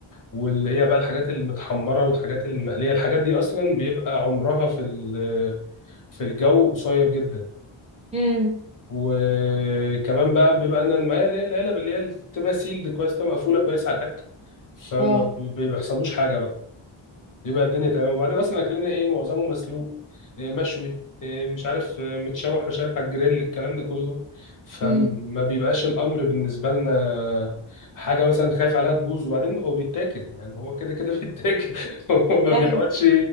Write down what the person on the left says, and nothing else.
واللي هي بقى الحاجات المتحمرة والحاجات المقلية الحاجات دي أصلا بيبقى عمرها في ال- في الجو قصير جدا
وكمان بقى بيبقى أنا معايا اللي هي العلب اللي هي بتبقى سيلد كويس بتبقى مقفولة كويس على الأكل فما
بي- بيحصلوش حاجة بقى. يبقى الدنيا تمام وبعدين اصلا اكلنا ايه معظمه مسلوق إيه مشوي إيه مش عارف إيه متشوح مش عارف على الجريل الكلام ده كله فما
بيبقاش الامر بالنسبه لنا حاجه مثلا خايف عليها تبوظ وبعدين هو بيتاكل يعني هو كده كده بيتاكل <laughs> هو ما
بيقعدش